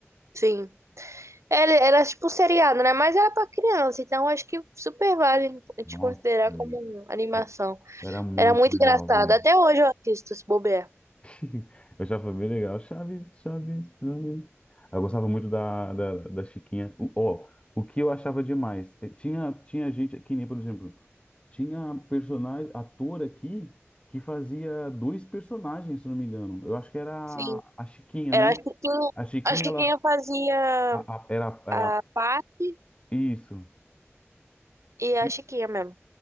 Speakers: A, on the right (about 85°); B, on the left (about 25°).
A: Sim. Era, era tipo um seriado, né? Mas era pra criança, então acho que super vale a gente
B: Nossa,
A: considerar
B: velho.
A: como animação.
B: Era era muito
A: Era muito
B: legal,
A: engraçado.
B: velho.
A: Até hoje eu assisto, se bobear.
B: <laughs> Eu achava bem legal. Chaves, Chaves, Chaves. Eu gostava muito da, da, da Chiquinha. O- Ó, o que eu achava demais, eh, tinha, tinha gente, que nem, por exemplo, tinha personagem, ator aqui que fazia dois personagens, se não me engano. Eu acho que era
A: Sim.
B: a Chiquinha,
A: Era,
B: né?
A: acho que quem,
B: A Chiquinha,
A: a Chiquinha
B: ela
A: fazia
B: A- a- era,
A: a
B: era
A: parte
B: isso.
A: e
B: Ti-
A: a Chiquinha mesmo.